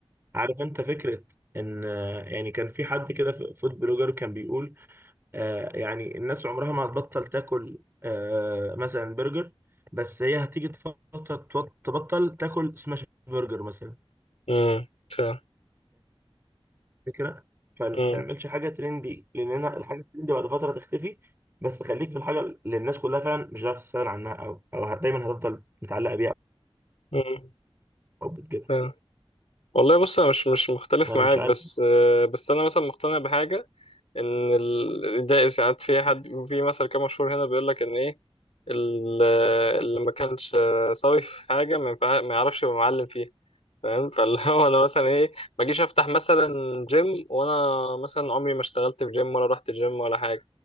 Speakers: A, on the right; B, on the left.
A: عارف انت فكره ان آه، يعني كان في حد كده ف- فود بلوجر كان بيقول آه، يعني الناس عمرها ما هتبطل تاكل آه، مثلا برجر بس هي هتيجي فتره تبطل تاكل سماش برجر مثلا
B: مم. فاهم.
A: فكرة فما
B: مم.
A: تعملش حاجة ترندي لأن أنا الحاجة الترندي بعد فترة تختفي بس خليك في الحاجة اللي الناس كلها فعلا مش هتعرف تستغنى عنها أو أو هت- دايما هتفضل متعلقة بيها
B: مم.
A: أو بتجيبها
B: فاهم. والله بص انا مش مش مختلف
A: أنا
B: معاك
A: مش عارف
B: بس آه، بس انا مثلا مقتنع بحاجه ان ال... ده ساعات في حد في مثل كده مشهور هنا بيقول لك ان ايه ال- آه، اللي ما كانش آه، سوي في حاجه ما ينفع- ما يعرفش يبقى معلم فيها فاهم فاللي <laughs> هو انا مثلا ايه ما اجيش افتح مثلا جيم وانا مثلا عمري ما اشتغلت في جيم ولا رحت جيم ولا حاجه